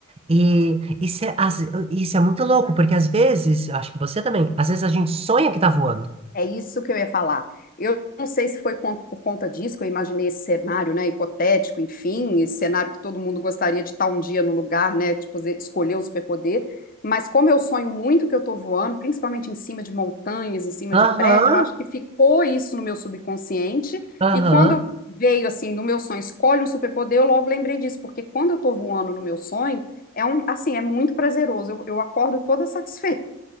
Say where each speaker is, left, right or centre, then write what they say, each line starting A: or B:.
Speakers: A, on the right; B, on the left.
A: E isso é, às- isso é muito louco, porque às vezes, acho que você também, às vezes a gente sonha que tá voando.
B: É isso que eu ia falar. Eu não sei se foi con- por conta disso que eu imaginei esse cenário, né, hipotético, enfim, esse cenário que todo mundo gostaria de estar um dia no lugar, né, tipo, ze- escolher o superpoder, mas como eu sonho muito que eu tô voando, principalmente em cima de montanhas, em cima
A: Aham,
B: de prédio, eu acho que ficou isso no meu subconsciente,
A: aham,
B: e quando veio, assim, no meu sonho, escolhe um superpoder, eu logo lembrei disso, porque quando eu tô voando no meu sonho, é um, assim, é muito prazeroso, eu, eu acordo toda <laughs> satisfeita,